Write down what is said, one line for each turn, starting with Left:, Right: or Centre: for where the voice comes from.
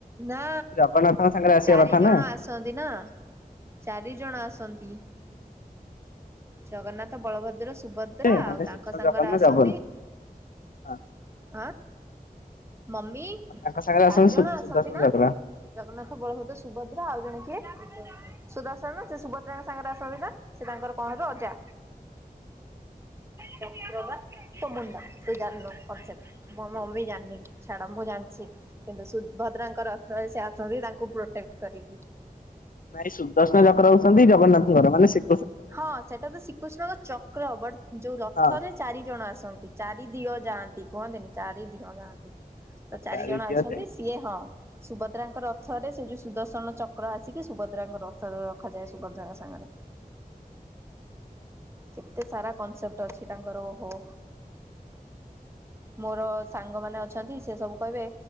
Right: ନା
Left: ଜଗନ୍ନାଥଙ୍କ ସାଙ୍ଗରେ ଆସିବା
Right: ଚାରି
Left: କଥା
Right: ଜଣ
Left: ନା
Right: ଆ ଆସନ୍ତି ନା ଚାରି ଜଣ ଆସନ୍ତି। ଜଗନ୍ନାଥ ବଳଭଦ୍ର ସୁଭଦ୍ରା
Left: ସେ
Right: ଆଉ
Left: ମାନେ
Right: ତାଙ୍କ
Left: ସୁଦର୍ଶନ
Right: ସାଙ୍ଗରେ
Left: ଜଗନ ନା
Right: ଆସନ୍ତି
Left: ଜଗନ ହଁ।
Right: ଆ ମମି
Left: ତାଙ୍କ ସାଙ୍ଗରେ
Right: ଚାରିଜଣ
Left: ଆସନ୍ତି ସୁ ସୁଦର୍ଶନ
Right: ଆସନ୍ତି ନା
Left: ଚକ୍ର।
Right: ଜଗନ୍ନାଥ ବଳଭଦ୍ର ସୁଭଦ୍ରା ଆଉ ଜଣେ କିଏ? ସୁଦର୍ଶନ ସେ ସୁଭଦ୍ରାଙ୍କ ସାଙ୍ଗରେ ଆସନ୍ତି ନା ସେ ତାଙ୍କର କଣ ହେବେ ଅଜା। ଚକ୍ର ବା ତୋ ମୁଣ୍ଡ ତୁ ଜାଣିନୁ। କନସେପ୍ଟ ମୋ ମମି ଯାନି। ଛାଡ ମୁଁ ଜାଣିଛି କିନ୍ତୁ ସୁଭଦ୍ରାଙ୍କର ରଥରେ ସେ ଆସନ୍ତି ତାଙ୍କୁ ପ୍ରୋଟେକ୍ଟ କରିକି।
Left: ନାଇଁ ସୁଦର୍ଶନ ଚକ୍ର ହଉଛନ୍ତି ଜଗନ୍ନାଥଙ୍କର ମାନେ ସି
Right: ହଁ ସେଟା ତ ଶ୍ରୀକୃଷ୍ଣଙ୍କ ଚକ୍ର ବଟ ଯୋଉ ରଥରେ
Left: ହଁ।
Right: ଚାରି ଜଣ ଆସନ୍ତି ଚାରି ଦିଓ ଯାନ୍ତି କୁହନ୍ତିନି ଚାରି ଦିଓ ଯାଆନ୍ତି। ତ ଚାରି
Left: ଚାରିଦିଅ
Right: ଜଣ ଅଛନ୍ତି
Left: ଯେ
Right: ସିଏ ହଁ। ସୁଭଦ୍ରାଙ୍କ ରଥ ରେ ସେ ଯୋଉ ସୁଦର୍ଶନ ଚକ୍ର ଆସିକି ସୁଭଦ୍ରାଙ୍କ ରଥରେ ରଖାଯାଏ ସୁଭଦ୍ରାଙ୍କ ସାଙ୍ଗରେ କେତେ ସାରା କନସେପ୍ଟ ଅଛି ତାଙ୍କର ଓହୋ। ମୋର ସାଙ୍ଗମାନେ ଅଛନ୍ତି ସେ ସବୁ କହିବେ